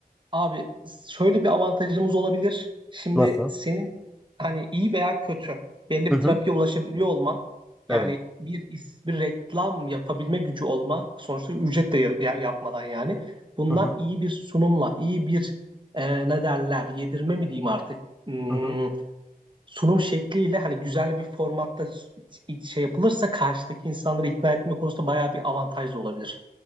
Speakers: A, on the right; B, in the centre.
A: Abi şöyle bir avantajımız olabilir. Şimdi
B: Nasıl?
A: senin hani iyi veya kötü belli
B: Hı
A: bir
B: hı.
A: trafiğe ulaşabiliyor olman yani
B: Evet.
A: bir is- bir reklam yapabilme gücü olma sonuçta ücret de ya- ya- yapmadan yani bunlar
B: Hı hı.
A: iyi bir sunumla iyi bir e, ne derler yedirme mi diyeyim artık Hmm,
B: Hı hı.
A: sunum şekliyle hani güzel bir formatta s- şey yapılırsa karşıdaki insanları ikna etme konusunda bayağı bir avantaj da olabilir.